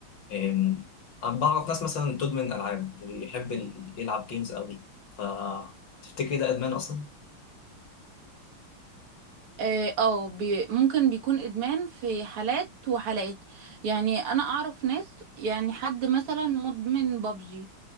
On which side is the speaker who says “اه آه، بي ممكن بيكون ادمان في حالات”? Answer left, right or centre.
Right